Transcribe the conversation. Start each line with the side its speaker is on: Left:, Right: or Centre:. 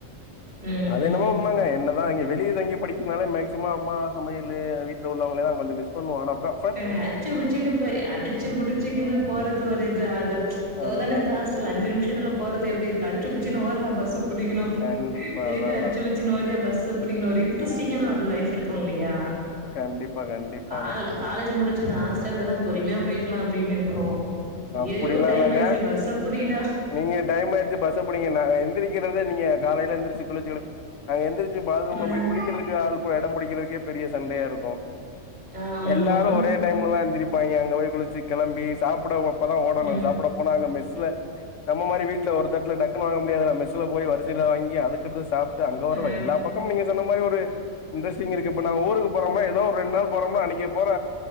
Right: ம்
Left: அது என்னமோ
Right: ம்
Left: ஆமாங்க என்ன தா இங்க வெளிய தங்கி படிக்கினாலே மேக்சிமம் அம்மா சமையல் வீட்ல உள்ளவங்ள தா கொஞ்ச மிஸ் பண்ணுவோ ஆனப்ப
Right: அ அச்சு புச்சின்னு போய் அடிச்சு புடிச்சுக்குன்னு போறது ஒரு இது ஆக தோ
Left: அதுதான்.
Right: தான இக்கு ஹாஸ் டல் அஞ்சு நிம்ஷத்துல போறது எப்டி இருக்கு அச்புச்சுன்னு ஓட்றா பஸ்ஸ புடிகணு
Left: கண்டிப்பா.
Right: திருப்பி
Left: அதான், அதான்.
Right: அச்சு ச்சுன்னு ஓடியா பஸ் புடிக்கனு ஒரு இன்ட்ரெஸ்டிங்கான ஒரு லைஃப் இருக்கு இல்லையா
Left: கண்டிப்பா கண்டிப்பாங்க
Right: கால் காலேஜ் முடிச்சது ஹாஸ்டல் தானா பொறுமையா போயிக்லா அப்டின் இருக்கோ அய்யய்யோ
Left: அப்படிலாம்
Right: டைம்
Left: இல்லங்க.
Right: ஆச்சு பஸ்ஸ புடி டா
Left: நீங்க டைம் ஆயிடுச்சு பஸ்ஸ புடீங்க நாங்க எந்திரிக்கிறதே நீங்க காலையில எந்திரிச்சு குளிச்சு நாங்க எந்திரிச்சு பாத்ரூம்ல
Right: ம்
Left: போய் குளிக்கிறதுக்கு ஆள் இடம் புடிக்கிறதுக்கே பெரிய சண்டையா இருக்கு
Right: ஆமா
Left: எல்லாரு
Right: ம்
Left: ஒரே டைம்ல தா எந்திரிப்பாங்கே அங்க போய் குளிச்சு கெளம்பி சாப்ட அப்ப தா ஓடணு
Right: ம் ம்
Left: சாப்ட போனா அங்க மெஸ்ல நம்ம மாரி வீட்ல ஒரு தட்ல டக்குன்னு வாங்க முடியாதுல மெஸ் அங்கபோய் வரிசையில வாங்கி அதுக்கடுத்து சாப்புட்டு அங்க வர
Right: ம்
Left: எல்லா பக்கம் நீங்க சொன்ன மாரி ஒரு இன்ட்ரெஸ்டிங் இருக்கு இப்ப நாங்க ஊருக்கு போறோமா ஏதோ ஒரு ரெண்டு நாள் போறோம்னா அன்னகி போற